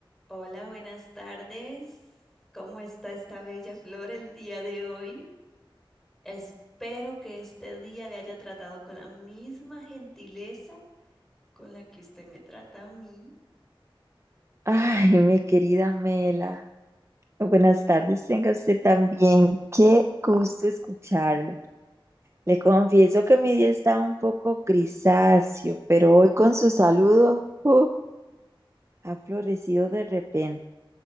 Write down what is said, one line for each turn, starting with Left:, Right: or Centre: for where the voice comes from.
Centre: Hola, buenas tardes. ¿Cómo está esta bella flor el día de hoy? Espero que este día le haya tratado con la misma gentileza con la que usted me trata a mí.
Right: Ay, mi querida Mela, buenas tardes, tenga usted también. Qué gusto escucharla. Le confieso que mi día estaba un poco grisáceo, pero hoy con su saludo, uh, ha florecido de repente.